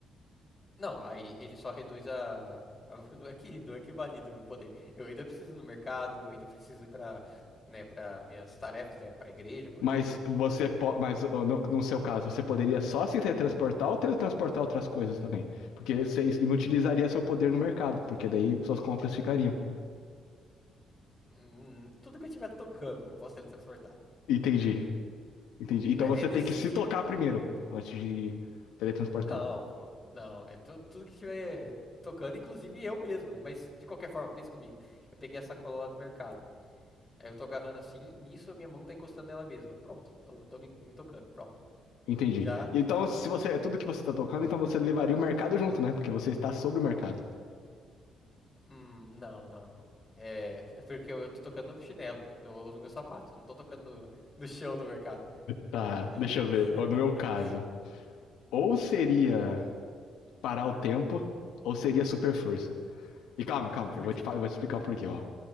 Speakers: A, on the left (about 25°); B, on the left (about 85°).
A: Não, aí ele só reduz a. a- <laughs> Não é que, não é que valida o meu poder. Eu ainda preciso ir no mercado, eu ainda preciso ir para, né, para minhas tarefas, né, para a igreja, por
B: Mas
A: exemplo.
B: você po- mas ó, no, no seu caso, você poderia só se teletransportar ou teletransportar outras coisas também? Porque você inutilizaria seu poder no mercado, porque daí suas compras ficariam.
A: Hum, Tudo que eu estiver tocando, eu posso teletransportar.
B: Entendi, entendi.
A: Por-
B: Então
A: É
B: você
A: nesse
B: tem que
A: sentido.
B: se tocar primeiro, antes de teletransportar.
A: Não, pô, não, é tu- tudo que estiver tocando, inclusive eu mesmo, né? Mas de qualquer forma, pensa comigo. Eu peguei essa cola lá do mercado. Aí eu tô agarrando assim, nisso a minha mão tá encostando nela mesma. Pronto, tô, tô me, me tocando, pronto.
B: Entendi.
A: Já,
B: Então,
A: já
B: se
A: tô de boa.
B: você é tudo que você tá tocando, então você levaria o mercado junto, né? Porque você está sobre o mercado.
A: Hum, não, não, não. É, é porque eu, eu tô tocando no chinelo, no, no meu sapato. Não tô tocando no, no chão do mercado,
B: Tá,
A: entendeu?
B: deixa eu
A: <laughs>
B: ver. Ó, No meu caso, Ou seria parar o tempo, ou seria super força. E calma, calma,
A: Por
B: eu vou
A: quê?
B: te, fa- eu vou te explicar o porquê, ó.